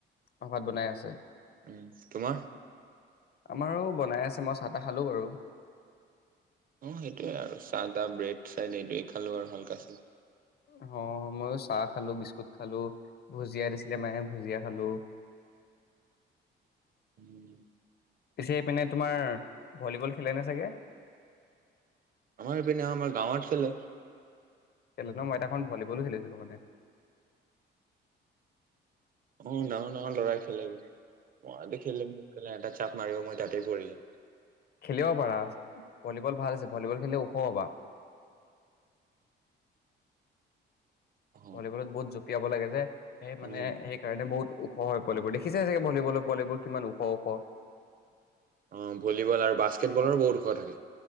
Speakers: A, on the left; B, on the right.
A: অহ বনাই আছে।
B: উম তোমাৰ?
A: আমাৰো বনাই আছে, মই চাহ তাহ খালোঁ বাৰু।
B: অ সেইটোৱে আৰু চাহ তাহ ব্ৰেড চাইড এইটোৱেই খালোঁ আৰু হালকা চাই
A: আহ মই চাহ খালো, বিস্কুট খালো ভুজিয়া দিছিলে মায়ে ভুজিয়া খালো।
B: উম।
A: পিছে সেপিনে তোমাৰ ভলীবল খেলেনে চাগে?
B: আমাৰ পিনে আমাৰ গাঁৱত খেলে।
A: খেলনো সেইদিনাখন ভলীবলো খেলিছিলো মানে
B: অ ডাঙৰ ডাঙৰ লৰাই খেলে গে অ আজি খেলে নে নেখেলে এয়াতে চাম। মাৰিব মই তাতেই পৰি যাম।
A: খেলিব পাৰা ভলীবল ভাল আছে ভলীবল খেলি ওখ হবা।
B: অ
A: ভলীবলত বহুত জপীয়া জপিয়াব লাগে যে সেই মানে
B: উম,
A: সেইকাৰণে বহুত ওখ হয় পোৱালিবোৰ দেখিছোই চাগে ভলীবলৰ পোৱালিবোৰ কিমান ওখ ওখ
B: অ ভলীবল আৰু বাস্কেটবলৰো বহুত ওখ থাকে।